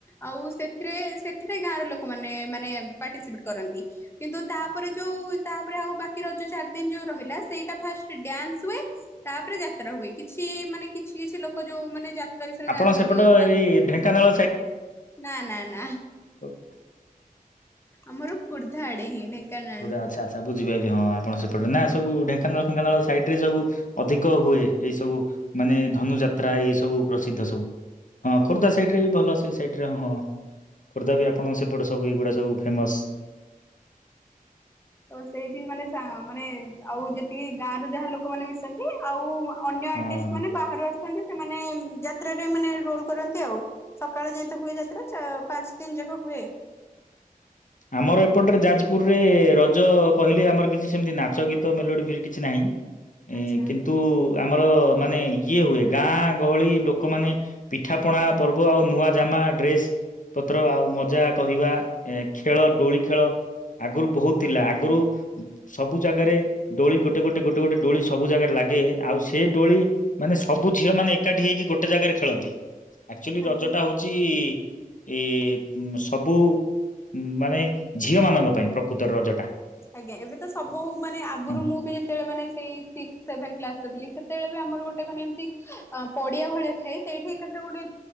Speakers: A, on the left; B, on the left.
A: ଆଉ ସେଥିରେ ସେଥିରେ ଗାଁର ଲୋକମାନେ ମାନେ ପାର୍ଟିସିପେଟ କରନ୍ତି କିନ୍ତୁ ତାପରେ ଯୋଉ ତାପରେ ଆଉ ବାକି ରଜ ଚାରି ଦିନ ଯୋଉ ରହିଲା ସେଇଟା ଫାଷ୍ଟ ଡ୍ୟାନ୍ସ ହୁଏ ତାପରେ ଯା ତ୍ରା ହୁଏ କିଛି ମାନେ କିଛି କିଛି ଲୋକ ଯୋଉ ମାନେ ଯାତ୍ ତ୍ରା। ବିସ ୟରେ
B: ଆପଣ
A: ଜଣିଛନ୍ତି
B: ସେପଟ
A: ଆକ୍
B: ଏଇ ଢେଙ୍କାନାଳ
A: ନା ନା ନା।
B: ହ <unintelligible>
A: ଆମର ଖୋର୍ଦ୍ଧା ଆଡେ ହିଁ। ଢେଙ୍କାନାଳ
B: ଖୋର୍ଦ୍ଧା
A: ନୁହଁ।
B: ଆଛା ଆଛା ବୁଝିପାଇଲି ହଁ। ଆପଣ ସେପଟରେ ନା ସବୁ ଢେଙ୍କାନାଳ ଫେଙ୍କାନାଳ ସାଇଡ ରେ ସବୁ ଅଧିକ ହୁଏ ଏଇ ସବୁ ମାନେ ଧନୁଯାତ୍ରା ଏଇ ସବୁ ପ୍ରସିଦ୍ଧ ସବୁ। ହଁ ଖୋର୍ଦ୍ଧା ସାଇଡ ରେ ବି ଭଲ। ସେ ସାଇଟରେ ହଁ। ଖୋର୍ଦ୍ଧା ବି ଆପଣଙ୍କ ସେପଟ ସବୁ ଏଗୁଡ଼ା ସବୁ ଫେମସ୍।
A: ତ ସେଇଠି ମାନେ ମାନେ ଆଉ ଯେତିକି ଗାଁ ର ଯାହା ଲୋକମାନେ ମିଶନ୍ତି ଆଉ ଅନ୍ୟ ଆର୍ଟିଷ୍ଟ
B: ହଁ
A: ମାନେ ବାହାରୁ ଆସ ସନ୍ତି ସେମାନେ ଯାତ୍ରାରେ ମାନେ ରୋଲ କରନ୍ତି ଆଉ ସକାଳେ ଯେହେତୁ ହୁଏ ଯାତ୍ରା ପାଞ୍ଚ ଦିନ ଯାକ ହୁଏ।
B: ଆମର ଏପଟରେ ଯାଜପୁରରେ ରଜ କହିଲେ ଆମର କିଛି ସେମିତି ନାଚ ଗୀତ ମେଲୋଡି ଫେଲୋଡ଼ି କିଛି ନାହିଁ। ଏ
A: ଆଚ୍ଛା
B: କିନ୍ତୁ ଆମର ମାନେ ଇଏ ହୁଏ ଗାଁ ଗହଳି ଲୋକମାନେ ପିଠା ପଣା ପର୍ବ ଆଉ ନୂଆ ଜାମା ଡ୍ରେସ ପତ୍ର ଆଉ ମଜା କହିବା ଖେଳ ଡୋଳି ଖେଳ ଆଗରୁ ବହୁତ ଥିଲା ଆଗରୁ ସବୁ ଜାଗାରେ ଦୋଳି ଗୋଟେ ଗୋଟେ ଗୋଟେ ଗୋଟେ ଡୋଳି ସବୁ ଜାଗାରେ ଲାଗେ ଆଉ ସେଇ ଡୋଳି ମାନେ ସବୁ ଝିଅ ମାନେ ଏକାଠି ହେଇକି ଗୋଟେ ଜାଗାରେ ଖେଳନ୍ତି। ଆକ୍ଚୁଆଲି
A: ଆଜ୍ଞା।
B: ରଜ ଟା ହଉଛି ଏ ସବୁ ଉଁ ମାନେ ଝିଅ ମାନଙ୍କ ପାଇଁ ପ୍ରକୃତରେ ରଜ
A: ଆଜ୍ଞା ଏବେ ତ ସବୁ ମାନେ ଆଗରୁ
B: ହୁଁ
A: ମୁଁ ବି ଯେତେବେଳେ ମାନେ ସେଇ ସିକ୍ସ ସେଭେନ କ୍ଲାସରେ ଥିଲି ସେତେବେଳେ ବି ଆମର ର ଗୋଟେ ମାନେ ଏମତି ଅ ପଡିଆ ଭଳିଆ ଥାଏ ସେଇଠି ଏକାଥରେ ଗୋଟେ